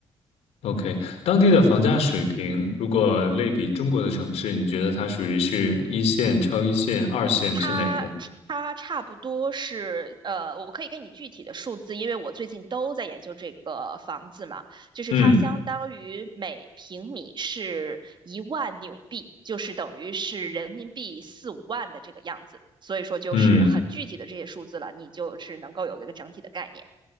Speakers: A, on the left; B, on the right.
A: ，OK，当地的房价水平，如果类比中国的城市，你觉得它属于是一线、超一线、二线是哪个？
B: 它它差不多是呃，我可以给你具体的数字，因为我最近都在研究这个房子嘛。就是它相当于每平米是一万纽币，
A: 嗯。
B: 就是等于是人民币四五万的这个样子。所以说就是很具体的这些数字了，
A: 嗯
B: 你就是能够有一个整体的概念。